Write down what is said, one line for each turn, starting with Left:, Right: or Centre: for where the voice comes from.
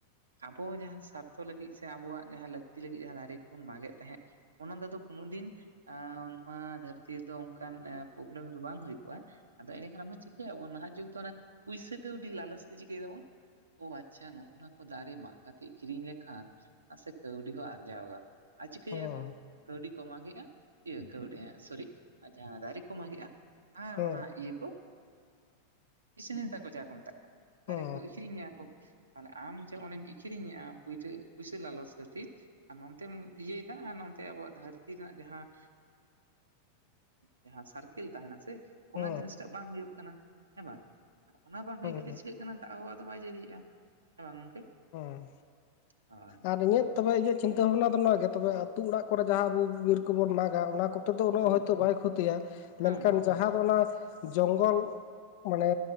Right: ᱟᱵᱚ ᱡᱟᱦᱟᱸ ᱥᱟᱨᱛᱷᱚ ᱞᱟᱹᱜᱤᱫ ᱥᱮ ᱟᱵᱚᱣᱟᱜ ᱡᱟᱦᱟᱸ ᱞᱟᱹᱠᱛᱤ ᱞᱟᱹᱜᱤᱫ ᱡᱟᱦᱟᱸ ᱫᱟᱨᱮ ᱠᱚᱵᱚᱱ ᱢᱟᱜᱮᱫ ᱛᱟᱦᱮᱜᱼᱼ ᱚᱱᱟ ᱫᱚ ᱫᱚᱛᱚ ᱠᱱᱳ ᱫᱤᱱᱼᱼ ᱮ ᱱᱚᱣᱟ ᱫᱷᱟᱹᱨᱛᱤ ᱨᱮᱫᱚ ᱚᱱᱠᱟᱱ ᱯᱨᱚᱵᱞᱮᱢ ᱫᱚ ᱵᱟᱝ ᱦᱩᱭ ᱠᱚᱜᱼᱟ᱾ ᱟᱫᱚ ᱮᱸᱰᱮᱠᱷᱟᱱ ᱟᱵᱚ ᱪᱤᱠᱟᱹᱭ ᱟᱵᱚᱱ ᱱᱟᱦᱟᱜ ᱡᱩᱜᱽ ᱫᱚ ᱚᱱᱟ ᱯᱩᱭᱥᱟᱹ ᱠᱟᱹᱣᱰᱤ ᱞᱟᱞᱚᱪ ᱛᱮ ᱪᱤᱠᱟᱹᱭ ᱫᱟᱵᱚᱱᱼᱼ ᱚ ᱟᱪᱪᱷᱟ ᱱᱚᱜ ᱚᱱᱟ ᱠᱚ ᱫᱟᱨᱮ ᱢᱟᱸᱜ ᱠᱟᱛᱮᱜ ᱠᱤᱨᱤᱧ ᱞᱮᱠᱷᱟᱱ ᱱᱟᱥᱮ ᱠᱟᱹᱣᱰᱤ ᱦᱚᱸ ᱟᱨᱡᱟᱣ ᱜᱟᱱᱚᱜᱼᱟ᱾ ᱟᱨ ᱪᱤᱠᱟᱹᱭᱮᱜ-ᱟ
Left: ᱦᱮᱸ
Right: ᱠᱚ ᱠᱟᱹᱣᱰᱤ ᱠᱚ ᱢᱟᱸᱜᱮᱜᱼᱟ ᱤᱭᱟᱹ ᱠᱟᱹᱣᱰᱤ ᱥᱚᱨᱤ ᱡᱟᱸᱦᱟ ᱫᱟᱨᱤ ᱠᱚ ᱢᱟᱸᱜᱮᱜ-ᱟᱼᱼ ᱟᱨ
Left: ᱦᱮᱸ
Right: ᱚᱱᱟ ᱤᱭᱟᱹ ᱠᱚ ᱠᱤᱥᱱᱤ ᱛᱟᱠᱚ ᱡᱟᱸᱦᱟᱸ ᱠᱚ ᱢᱮᱛᱟᱜ ᱠᱟᱱᱟ᱾ ᱫᱟᱨᱮ
Left: ᱦᱮᱸ
Right: ᱠᱚ ᱟᱹᱠᱷᱨᱤᱧᱟ ᱠᱚ ᱛᱟᱦᱞᱮ ᱟᱢ ᱡᱮ ᱚᱸᱱᱮᱢ ᱤᱠᱷᱨᱤᱧᱮᱜᱼᱟ ᱯᱩᱭᱥᱟᱹ ᱞᱟᱞᱚᱪ ᱠᱷᱟᱹᱛᱤᱨᱼᱼ ᱟᱨ ᱱᱚᱱᱛᱮᱢ ᱤᱭᱟᱹᱭᱮᱫᱟ ᱟᱨ ᱱᱚᱱᱛᱮ ᱟᱵᱚᱣᱟᱜ ᱫᱷᱟᱹᱨᱛᱤ ᱨᱮᱱᱟᱜ ᱡᱟᱸᱦᱟᱸᱼᱼ ᱡᱟᱸᱦᱟ ᱥᱟᱨᱠᱮᱞ ᱛᱟᱦᱮᱱᱟ ᱥᱮᱼᱼ ᱚᱱᱟ
Left: ᱦᱮᱸ
Right: ᱡᱤᱱᱤᱥᱴᱟᱜ ᱵᱟᱝ ᱦᱩᱭᱩᱜ ᱠᱟᱱᱟ ᱦᱮᱸ ᱵᱟᱝ ᱚᱱᱟ ᱵᱟᱝ ᱦᱩᱭ
Left: ᱦᱮᱸ
Right: ᱠᱟᱛᱮ ᱪᱤᱠᱟᱹᱜᱼᱼ ᱚᱱᱟ ᱫᱟᱜ ᱦᱚᱸ ᱟᱫᱚ ᱵᱟᱭ ᱡᱟᱹᱲᱤᱭᱮᱜᱼᱟ ᱦᱮᱸ ᱵᱟᱝ ᱜᱚᱝᱠᱮ?
Left: ᱚᱸᱻ
Right: ᱦᱳᱭ ᱚᱱᱠᱟ
Left: ᱟᱨ ᱤᱧᱟᱹᱜ
Right: ᱜᱮᱛᱚ᱾
Left: ᱛᱚᱵᱮ ᱤᱭᱟᱹᱜᱼᱼ ᱪᱤᱱᱛᱟᱹ ᱵᱷᱟᱵᱱᱟ ᱫᱚ ᱱᱚᱣᱟ ᱜᱮ ᱛᱚᱵᱮ ᱟᱛᱩ ᱚᱲᱟᱜ ᱠᱚᱨᱮ ᱡᱟᱸᱦᱟ ᱟᱵᱩ ᱵᱤᱨ ᱠᱚᱵᱚ ᱢᱟᱸᱜᱟ ᱚᱱᱟ ᱠᱚᱼᱼ ᱫᱚ ᱩᱱᱟᱹᱜ
Right: ᱦᱮᱸ
Left: ᱦᱚᱭᱛᱚ ᱵᱟᱭ ᱠᱷᱚᱛᱤᱭᱟ ᱢᱮᱱᱠᱷᱟᱱ
Right: ᱵᱟᱝ ᱵᱟᱝ
Left: ᱡᱟᱸᱦᱟ
Right: ᱵᱟᱝ᱾
Left: ᱫᱚ ᱚᱱᱟᱼᱼ ᱡᱚᱝᱜᱚᱞ ᱢᱟᱱᱮ